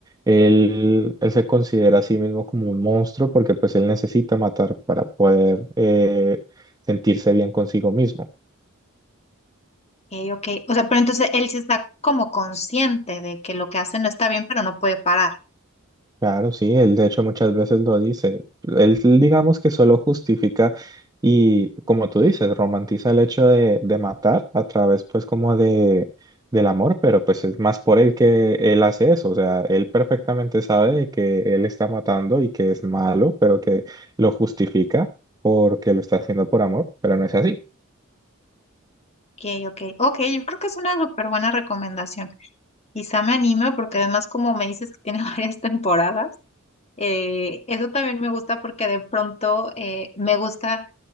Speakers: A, on the right; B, on the left.
A: Él, él se considera a sí mismo como un monstruo porque pues él necesita matar para poder eh, sentirse bien consigo mismo.
B: Ok, ok. O sea, pero entonces él sí está como consciente de que lo que hace no está bien, pero no puede parar.
A: Claro, sí, él de hecho muchas veces lo dice. Él digamos que solo justifica y como tú dices, romantiza el hecho de, de matar a través pues como de del amor, pero pues es más por él que él hace eso. O sea, él perfectamente sabe de que él está matando y que es malo, pero que lo justifica porque lo está haciendo por amor, pero no es así.
B: Ok, ok. Ok, yo creo que es una súper buena recomendación. Quizá me anime porque además como me dices que tiene <laughs> varias temporadas, eh, eso también me gusta porque de pronto eh, me gusta